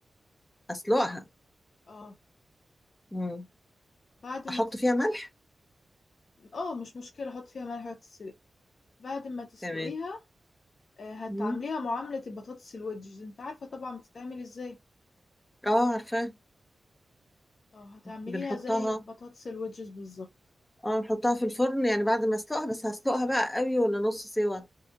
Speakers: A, on the left (about 15°); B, on the left (about 60°).
A: اسلقها
B: اه
A: امم
B: بعد ما
A: احط
B: تسلق
A: فيها ملح
B: اه مش مشكلة حط فيها ملح وتتسلق بعد ما تسلقيها
A: تمام
B: آه، هتعمليها
A: امم
B: معاملة البطاطس الويدجز انت عارفة طبعا بتتعمل ازاي
A: اه عارفاه
B: اه هتعمليها
A: بنحطها
B: زي البطاطس الويدجز بالظبط
A: اه نحطها في الفرن يعني بعد ما اسلقها بس هسلقها بقى قوي ولا نص سوا